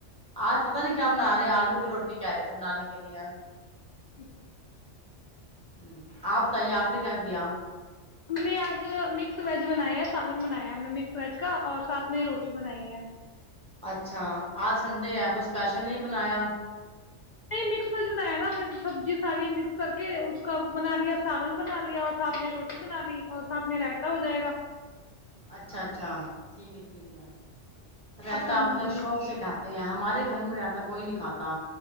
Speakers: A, in the centre; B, on the left.
A: آج پتا نہیں کیا بنا رہے آلو کی روٹی رٹی کہہ رہے تھے بنانے کے لیے
B: <unintelligible>
A: ہ آپ بتائیے آپ نے کیا کیا
B: ہم نے آج مکس ویج بنایا ہے سالن بنایا ہے ہم نے مکس ویج کا اور ساتھ میں روٹی بنائی ہے
A: اچھا اج سنڈے ہے کچھ سپیشل نہیں بنایا
B: نہیں مکس ویج بنایا نا سبزی ساری مکس کر کے اس کا بنا لیا سالن بنا لیا اور ساتھ میں روٹی بنا لی اور ساتھ میں رائتا ہو جائے گا
A: اچھا اچھا ٹھیک ہے ٹھیک ہے رائتہ
B: اور فرمائی
A: آپ بط شوق سے کہتا ہمارے گھر میں رہتا کوئی نہیں کاتا